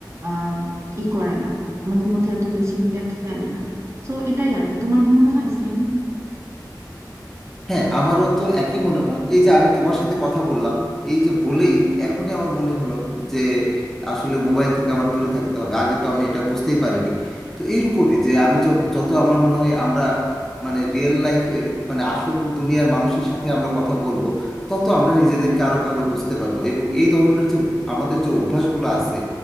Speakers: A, on the right; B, in the centre.
A: আহ ই করে না আমাদের মধ্যে এত বেশি ইম্প্যাক্ট ফেলে না তো এটাই আর কি তোমার কি মনে হয় সেম
B: হ্যাঁ আমারও তো একই মনে হয় এই যে আমি তোমার সাথে কথা বললাম এই যে বলেই এখনই আমার মনে হলো যে আসলে মোবাইল থেকে আমার দূরে থাকতে হবে আগে তো আমি এটা বুঝতেই পারিনি তো এইরকমই যে আমি য- যত আমার মনে হয় আমরা মানে রিয়েল লাইফে মানে আসল দুনিয়ার মানুষের সাথে আমরা কথা বলবো তত আমরা নিজেদেরকে আরো ভালো বুঝতে পারবো এবং এই ধরনের যে আমাদের যে অভ্যাসগুলো আছে